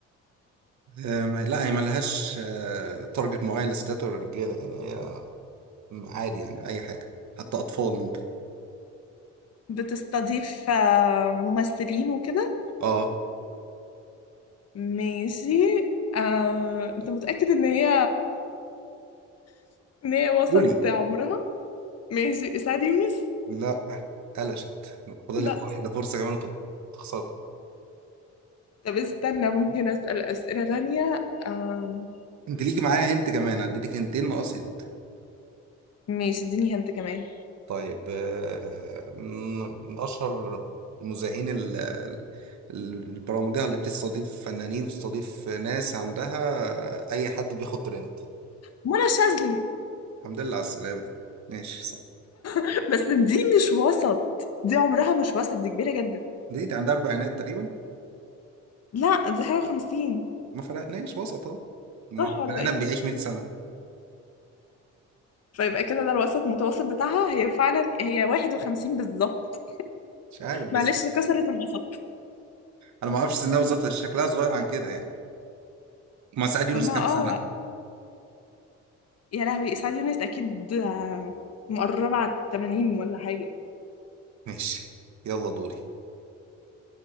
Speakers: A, on the right (about 65°); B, on the left (about 55°).
A: آه ما- لا هي ما لهاش آه تارجت معين للستات ولا للرجاله يعني هي عادي يعني اي حاجه حتى اطفال ممكن
B: بتستضيف آه، ممثلين وكده؟
A: اه
B: ماشي أم... أنت متأكد إن هي <laughs> إن هي وسط
A: قولي
B: عمرها؟ ماشي إسعاد يونس؟
A: لا قلشت لا، فاضل
B: لا
A: لك واحده فرصه كمان وتبقى تخسري
B: طب استنى ممكن أسأل أسئلة تانية أم...
A: انت ليكي معايا هنت كمان اديتك هنتين ناقص هنت
B: ماشي اديني هنت كمان
A: طيب آه، من من أشهر المذيعين ال- ال- البرامجية اللي بتستضيف فنانين بتستضيف ناس عندها آه، أي حد بياخد ترند
B: منى شاذلي
A: الحمد لله على السلامة ماشي صح.
B: <laughs> بس دي مش وسط دي عمرها مش وسط دي كبيرة جدا
A: دي, دي عندها أربعينات تقريبا
B: لا دي حاجة وخمسين
A: ما فرقناش وسط أهو ما
B: صح
A: هو البني
B: ولا
A: آدم
B: ايه؟
A: بيعيش 100 سنة
B: فيبقى كده ده الوسط المتوسط بتاعها هي فعلا هي واحد وخمسين بالظبط
A: مش عارف
B: معلش
A: بس
B: كسرت الوسط
A: أنا ما أعرفش سنها بالظبط بس شكلها صغير عن كده يعني ما سعد يونس
B: أما
A: كام
B: اه
A: سنة
B: بقى يا لهوي إسعاد يونس أكيد آه، مقربة على التمانين ولا حاجة
A: ماشي يلا دوري